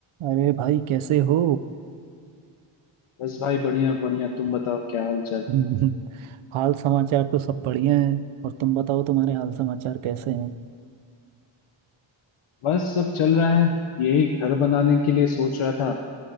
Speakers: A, on the right; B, on the left.
A: अरे भाई कैसे हो
B: बस भाई बढ़िया बढ़िया तुम बताओ क्या हाल चाल
A: <laughs> हाल समाचार तो सब बढ़िया है और तुम बताओ तुम्हारे हाल समाचार कैसे हैं
B: बस सब चल रहा है यही घर बनाने के लिए सोच रहा था